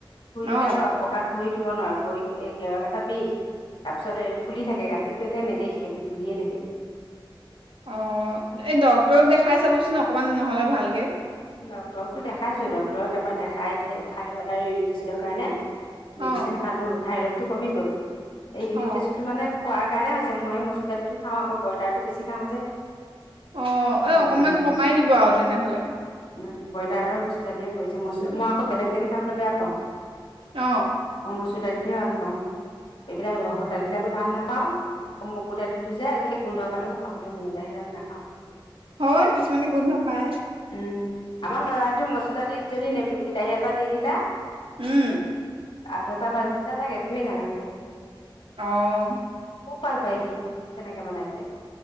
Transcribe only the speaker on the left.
শুই দিলে
পকাত ভৰি দিব দিব নোৱাৰো বৈ এই গেৱা কেটা বিষ তাৰপিছত ফুলি থাকে, গাঁঠিটো একে নেদেখিয়ে ইমান ফুলিয়ে থাকে।
ডক্তৰক দেখাইছো ডক্তৰক একবাৰে দেখাই থাইৰয়ড আৰু ইউৰিক এচিডৰ কাৰণে
মেডিচিন খালো থাইৰয়ড টো কমি গ'ল। এই ইউৰিক
এচিড টো মানে খোৱাৰ সেইকাৰণে হৈছে মই মচুৰ দালিটো খাও আকৌ ব্ৰইলাৰটো বেছি খাও যে
সেইটো
কাৰণে
উম' ব্ৰইলাৰ আৰু মচুৰ দালিয়ে কৰিছে, মচুৰ দাইলৰ মই আকৌ বেলেগ দালি খাবলৈ বেয়া পাও।
মই মচুৰ দাইল তোহে ভালপাওঁ, এইবিলাক ৰহৰ দালি ডালো ভাল পাও আকৌ মগু দালিটো যে একে গোন্ধ পালে মোৰ খাবলৈ মন নাযায়, সেইকাৰণে নাখাও
উম আমাৰ ল'ৰাটো মচুৰ দালিত যদি নেমু, বিলাহী এটা দি দিলা
দুটা ভাজি দিলে তাক একোৱে নালাগে আৰু
খুব ভাল পায় সি তেনেকে বনাই দিলে।